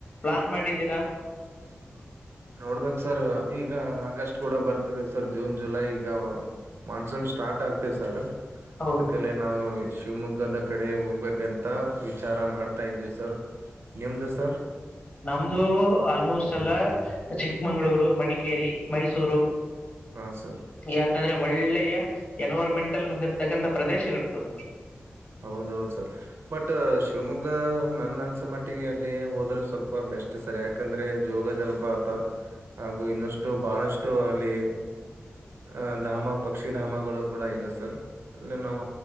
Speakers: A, on the left (about 40°); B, on the right (about 80°).
A: ಪ್ಲಾನ್ ಮಾಡಿದ್ದೀರಾ
B: ಹ್ಮ್ಮ್. ನೋಡ್ಬೇಕ ಸರ್ ಈಗ ಆಗಸ್ಟ್ ಕೂಡ ಬರ್ತಿದೆ ಸರ್ ಜೂನ್ ಜುಲೈ ಈಗ ಮಾನ್ಸೂನ್ ಸ್ಟಾರ್ಟ್ ಆಗ್ತೆ ಸರ್
A: ಹೌದು
B: ಅದಕಲ್ಲ ನಾವು ಶಿವಮೊಗ್ಗದ ಕಡೆ ಹೋಗ್ಬೇಕಂತ ವಿಚಾರ ಮಾಡ್ತಾ ಇದ್ದೀವಿ ಸರ್ ನಿಮ್ದು ಸರ್
A: ನಮ್ದು ಆಲ್ಮೋಸ್ಟ್ ಎಲ್ಲ ಚಿಕ್ಕಮಂಗಳೂರು ಮಡಿಕೇರಿ ಮೈಸೂರು
B: ಹಾ ಸರ್
A: ಯಾಕಂದ್ರೆ ಒಳ್ಳೆಯ ಎನ್ವೈರ್ಮೆಂಟ್ ಅಲ್ ಹೊಂದಿರತಕ್ಕಂಥ ಪ್ರದೇಶಗಳುದು
B: ಹೌದೌದು ಸರ್ ಬಟ್ ಶಿವಮೊಗ್ಗ ನನ್ನ ಅನ್ಸ ಮಟ್ಟಿಗೆ ಅಲ್ಲಿ ಹೋದ್ರೆ ಸ್ವಲ್ಪ ಬ ಎಷ್ಟು ಸರಿ ಯಾಕಂದರೆ ಜೋಗ ಜಲಪಾತ ಹಾಗು ಇನ್ನಷ್ಟು ಬಹಳಷ್ಟು ಅಲ್ಲಿ ಅಹ ಧಾಮ ಪಕ್ಷಿಧಾಮಗಳು ಕೂಡ ಇವೆ ಸರ್ ಅಲ್ಲಿ ನಾವು